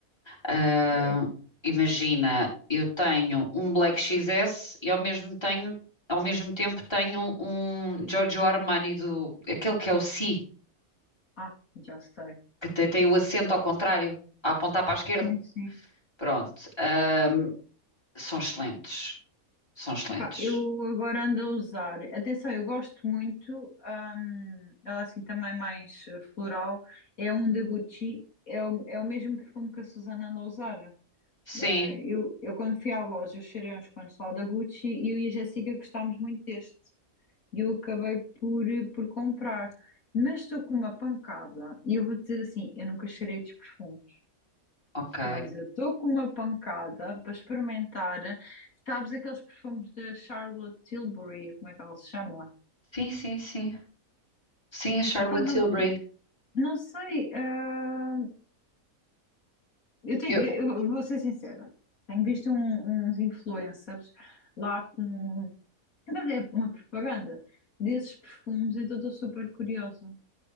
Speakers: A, on the left; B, on the left.
A: Ah,
B: Ok.
A: imagina, eu tenho um Black XS e ao mesmo, tenho, ao mesmo tempo tenho um Giorgio Armani, do, aquele que é o Si,
B: Ah, já sei.
A: que te- tem o acento ao contrário, a apontar para a esquerda.
B: Sim, sim.
A: Pronto. ah, são excelentes. São excelentes.
B: Epá, eu agora ando a usar. Atenção, eu gosto muito. hum, ela é assim também mais eh, floral. É um da Gucci. É o, é o mesmo perfume que a Susana anda a usar.
A: Sim,
B: Ah, eu, eu quando fui à loja, eu cheirei uns quantos lá da Gucci e eu e a Jéssica gostámos muito deste. E eu acabei por, eh, por comprar. Mas estou com uma pancada. E eu vou dizer assim, eu nunca cheirei estes perfumes.
A: ok.
B: Mas eu estou com uma pancada para experimentar. Sabes aqueles perfumes da Charlotte Tilbury, como é que ela se chama?
A: Sim, sim, sim. Sim, a Charlotte
B: Epá, não,
A: Tilbury.
B: não sei. ah, eu tenho,
A: Eu-
B: eu vou ser sincera. Tenho visto um- uns influencers lá com Mas é uma propaganda desses perfumes, então estou super curiosa.